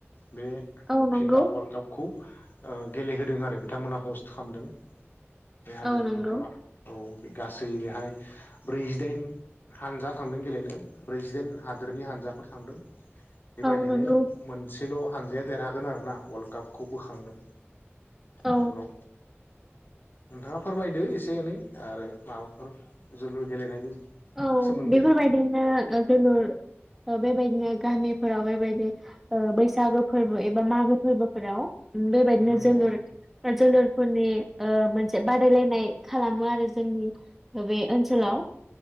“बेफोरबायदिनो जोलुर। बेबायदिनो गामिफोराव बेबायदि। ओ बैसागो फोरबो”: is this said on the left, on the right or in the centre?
Centre